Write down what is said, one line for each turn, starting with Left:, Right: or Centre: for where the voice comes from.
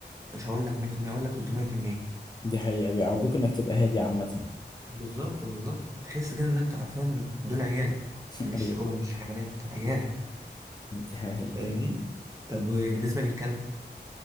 Right: مش هقول لك 100% أقول لك 300%
Left: دي حقيقه بيعودوك انك تبقى هادي عامه
Right: بالظبط بالظبط بتحس كده ان انت عارفين دول عيالك
Left: <laughs>
Right: مش
Left: ايوه
Right: أو مش حيوانات عيالك
Left: دي حقيقه
Right: فاهمني طب بالنسبه للكلب